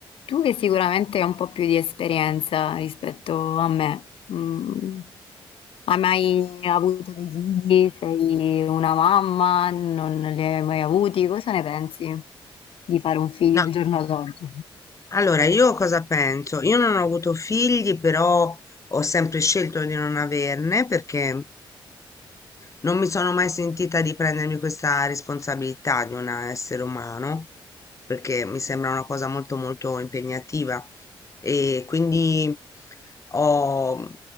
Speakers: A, on the left; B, on the left.
A: Tu che sicuramente hai un po' più di esperienza rispetto a me, mm, hai mai avuto dei figli? Sei una mamma? Non li hai mai avuti? Cosa ne pensi di fare un figlio
B: No,
A: al giorno d'oggi?
B: allora io cosa penso? Io non ho avuto figli, però ho sempre scelto di non averne perché non mi sono mai sentita di prendermi questa responsabilità di un essere umano, perché mi sembra una cosa molto molto impegnativa e quindi ho,